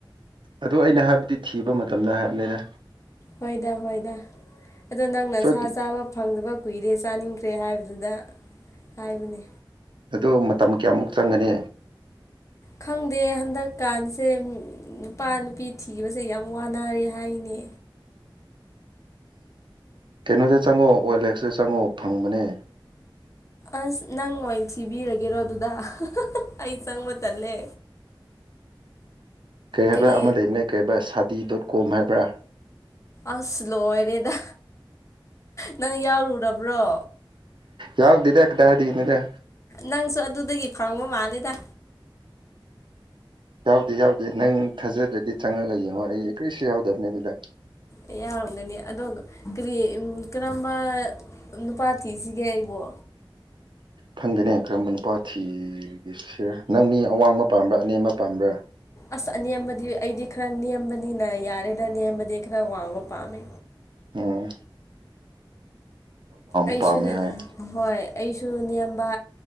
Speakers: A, on the right; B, on the left.
A: ꯑꯗꯨ ꯑꯩꯅ ꯍꯥꯏꯕꯗꯤ ꯊꯤꯕ ꯃꯇꯝꯗ ꯍꯥꯏꯕꯅꯤꯗ
B: ꯍꯣꯏꯗ ꯍꯣꯏꯗ ꯑꯗꯣ ꯅꯪꯅ
A: ꯁꯣꯏ
B: ꯁꯥ ꯆꯥꯕ ꯐꯪꯗꯕ ꯀꯨꯏꯔꯦ ꯆꯥꯅꯤꯡꯈ꯭ꯔꯦ ꯍꯥꯏꯕꯗꯨꯗ ꯍꯥꯏꯕꯅꯤ
A: ꯑꯗꯣ ꯃꯇꯝ ꯀꯌꯥꯃꯨꯛ ꯆꯪꯒꯅꯤ
B: ꯈꯪꯗꯦ ꯍꯟꯗꯛꯀꯥꯟꯁꯦ ꯅꯨꯄꯥ ꯅꯨꯄꯤ ꯊꯤꯕꯁꯦ ꯌꯥꯝ ꯋꯥꯅꯔꯦ ꯍꯥꯏꯅꯦ
A: ꯀꯩꯅꯣꯗ ꯆꯪꯉꯣ ꯑꯣꯏꯜꯑꯦꯛꯁꯇ ꯆꯪꯉꯣ ꯐꯪꯕꯅꯦ
B: ꯑꯁ ꯅꯪ ꯑꯣꯏꯟ ꯊꯕꯤꯔꯒꯦꯔꯣ ꯑꯗꯨꯗ ꯑꯩ ꯆꯪꯕ ꯇꯜꯂꯦ
A: ꯀꯩ ꯍꯥꯏꯕ꯭ꯔꯥ
B: ꯀꯔꯤ
A: ꯑꯃ ꯂꯩꯕꯅꯦ ꯀꯩꯕꯥ ꯍꯥꯏꯕꯥ ꯁꯥꯗꯤ ꯗꯣꯠ ꯀꯣꯝ ꯍꯥꯏꯕ꯭ꯔꯥ
B: ꯑꯁ ꯂꯣꯏꯔꯦꯗ ꯅꯪ ꯌꯥꯎꯔꯨꯔꯕ꯭ꯔꯣ
A: ꯌꯥꯎꯗꯦꯗ ꯀꯗꯥꯏꯗꯒꯤꯅꯣꯗ
B: ꯅꯪꯁꯨ ꯑꯗꯨꯗꯒꯤ ꯐꯪꯕ ꯃꯥꯜꯂꯦꯗ
A: ꯌꯥꯎꯗꯦ ꯌꯥꯎꯗꯦ ꯅꯪ ꯊꯥꯖꯗ꯭ꯔꯗꯤ ꯆꯪꯉꯒ ꯌꯦꯡꯉꯣ ꯑꯩ ꯀꯔꯤꯁꯨ ꯌꯥꯎꯗꯕꯅꯦ ꯑꯗꯨꯗ
B: ꯑꯦ ꯌꯥꯎꯔꯝꯒꯅꯤ ꯑꯗꯣ ꯀ꯭ꯔꯤ ꯎꯝ ꯀꯔꯝꯕ ꯅꯨꯄꯥ ꯊꯤꯁꯤꯒꯦ ꯑꯩꯕꯣ
A: ꯈꯪꯗꯦꯅꯦ ꯀꯔꯝꯕ ꯅꯨꯄꯥ ꯊꯤꯒꯤꯁꯤꯔ ꯅꯪ ꯃꯤ ꯑꯋꯥꯡꯕ ꯄꯥꯝꯕ꯭ꯔꯥ ꯑꯅꯦꯝꯕ ꯄꯥꯝꯕ꯭ꯔꯥ
B: ꯑꯁ ꯑꯅꯦꯝꯕꯗꯤ ꯑꯩꯗꯤ ꯈꯔ ꯅꯦꯝꯕꯅꯤꯅ ꯌꯥꯔꯦꯗ ꯅꯦꯝꯕꯗꯤ ꯈꯔ ꯋꯥꯡꯕ ꯄꯥꯝꯃꯦ
A: ꯑꯣꯝ
B: ꯑꯩꯁꯨꯅꯦ
A: ꯄꯥꯝꯃꯦ ꯍꯥꯏ
B: ꯍꯣꯏ ꯑꯩꯁꯨ ꯅꯦꯝꯕ